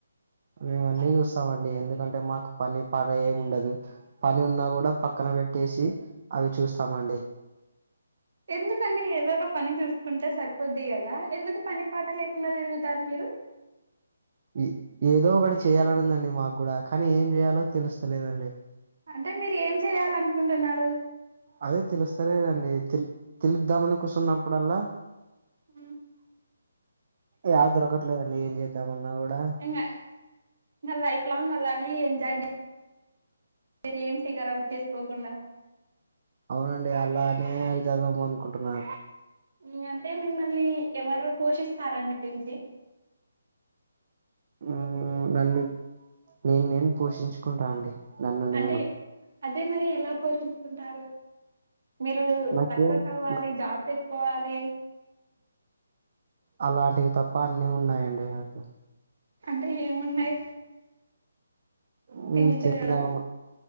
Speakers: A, on the right; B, on the right.
A: మేము అన్నీ చూస్తామండి, ఎందుకంటే మాకు పని, పాట ఏం ఉండదు. పని ఉన్నా గుడా పక్కన బెట్టేసి అవి చూస్తామండి.
B: ఎందుకండి ఏదో ఒక పని చూసుకుంటే సరిపోద్ది గదా, ఎందుకు పని పాట లేకుండా తిరుగుతారు మీరు.
A: ఇ ఏదో ఒకటి చేయాలని ఉందండి మాకు గుడ, కానీ ఏం చేయాలో తెలుస్తలేదండి.
B: అంటే మీర్ ఏం చెయాలనుకుంటున్నారు.
A: అదే తెలుస్తాలేదండి, తెల్ తెలుద్దామని కుసున్నప్పుడల్లా
B: హ్మ్.
A: యాద్ దొరకట్లేదు అండి, ఏం చేద్దాంమన్నాగుడా.
B: ఇంగ ఇంగ లైఫ్ లాంగ్ అలానే ఎంజాయ్ జేయ్ మీర్ ఏం ఫిగర్ అవుట్ చేస్కోకుండా
A: అవునండి అలానే అవుతదేమో అనుకుంటున్నా.
B: ఇంగ అంటే మిమ్మల్ని ఎవరు పోషిస్తారండి పెంచి
A: ఉమ్మ్ నన్ను నేన్, నేన్ పోషించుకుంటా అండి. నన్ను
B: అంటే
A: నేను
B: అదే మరి ఎలా పోషించుకుంటారు మీరు
A: నాకేం
B: సక్సెస్ అవ్వాలి జాబ్ తెచ్చుకోవాలి
A: అలాంటివి తప్ప అన్నీ ఉన్నాయండి మాకు
B: అంటే ఏమున్నాయి
A: మీరు
B: తిని తిరగడం
A: చెప్పి